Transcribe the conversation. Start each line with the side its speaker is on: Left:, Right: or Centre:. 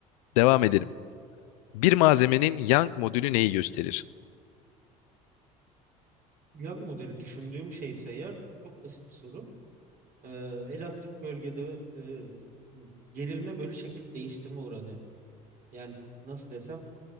Left: Devam edelim. Bir malzemenin Young modülü neyi gösterir?
Right: Young modeli düşündüğüm şeyse eğer çok basit bir soru. e, elastik bölgede e, gerilme böyle şekil değiştirme oranı. Yani nasıl desem